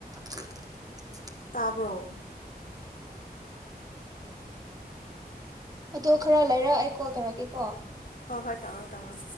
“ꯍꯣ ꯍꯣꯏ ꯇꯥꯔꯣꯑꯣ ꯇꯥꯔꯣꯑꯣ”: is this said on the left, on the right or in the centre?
Left